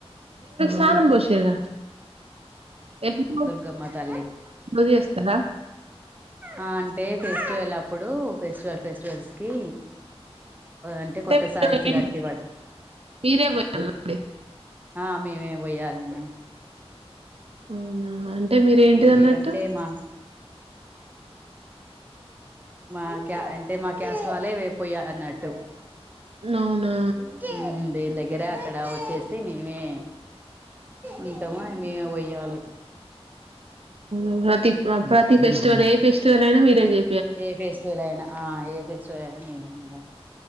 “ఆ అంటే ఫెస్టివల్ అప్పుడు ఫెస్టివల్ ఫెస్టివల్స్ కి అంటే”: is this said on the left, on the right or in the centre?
Right